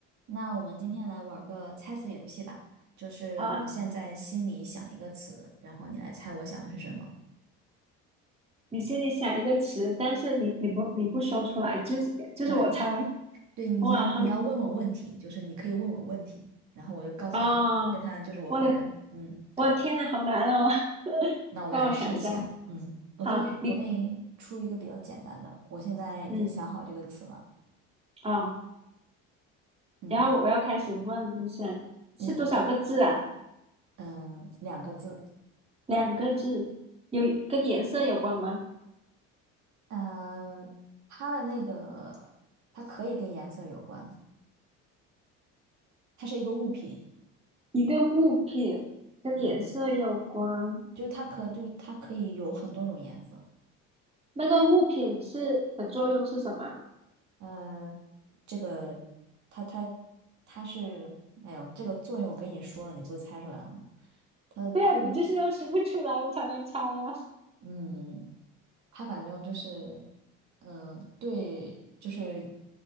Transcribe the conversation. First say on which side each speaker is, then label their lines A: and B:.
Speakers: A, on the right (about 60°); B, on the right (about 20°).
A: 那我们今天来玩个猜词游戏吧，就是我现在心里想一个词，
B: 啊，
A: 然后你来猜我想的是什么。
B: 你心里想一个词，但是你你不你不说出来，就是就是我猜，
A: 对，对，你要你要问我问题，
B: 哇，好
A: 就是你可以问我问题，然后我就告诉你，
B: 啊、
A: 跟他就是我回答你。
B: 我的
A: 嗯，
B: 我的天呐，
A: 对。
B: 好难哦，<laughs>
A: 那我们来试一下。
B: 让我想一下。
A: 嗯，我给你我给你出一个比较简单的，
B: 好，你
A: 我现在已经想好这个词了。
B: 嗯啊，
A: 嗯，
B: 然后我要开始问，你想是多少个字啊？
A: 你嗯，两个字。
B: 两个字，有跟颜色有关吗？
A: 呃，它的那个它可以跟颜色有关，它是一个物品。
B: 一个物品跟颜色有关，
A: 嗯。就是它可就是它可以有很多种颜色。
B: 那个物品是的作用是什么？
A: 呃，这个它它它是，哎呦，这个作用我跟你说了，你不是猜出来了吗？它的作用，
B: 对啊，你就是要说不出来，我才能猜呀、
A: 嗯，它反正就是，嗯、对，就是